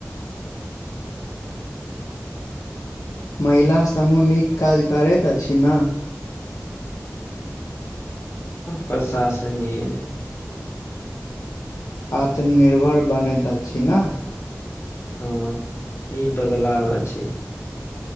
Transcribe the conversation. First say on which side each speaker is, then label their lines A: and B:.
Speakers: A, on the left; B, on the left.
A: महिला समूह नीक काज करैत अछि ने
B: प्रशंसनीय
A: आत्मनिर्भर बनैता छी ने
B: हँ ई बदलाव छै